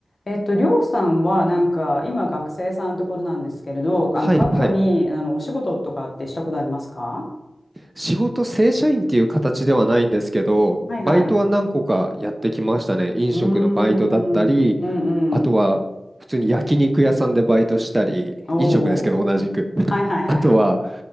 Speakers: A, on the left; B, on the right.
A: えっと、りょうさんはなんか今学生さんところなんですけれど、あの過去にあのお仕事とかってしたことありますか
B: はいはい。仕事正社員っていう形ではないんですけど、
A: はいはい。
B: バイトは何個かやってきましたね。
A: う
B: 飲食のバイトだったり、
A: ーん、うんうん。
B: あとは普通に焼肉屋さんでバイトしたり、
A: おお。
B: 飲食ですけど同じく。<laughs>
A: はいはいはい。
B: あとは、